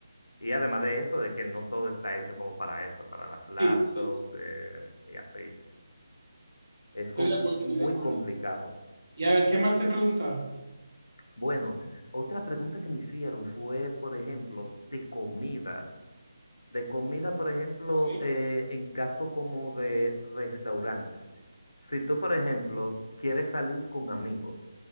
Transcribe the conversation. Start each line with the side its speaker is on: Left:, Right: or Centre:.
Left: Y además de eso, de que no todo está hecho como para eso, para las laptops
Right: Sí, sí,
Left: eh, y así. Es
Right: Estoy
Left: compl-
Right: de acuerdo, estoy
Left: muy
Right: de acuerdo.
Left: complicado.
Right: Y a ver, ¿qué más te preguntaron?
Left: Bueno, otra pregunta que me hicieron fue, por ejemplo, de comida. De comida, por ejemplo,
Right: Ok,
Left: eh, en caso como de restaurantes. Si tú, por ejemplo, quieres salir con amigos,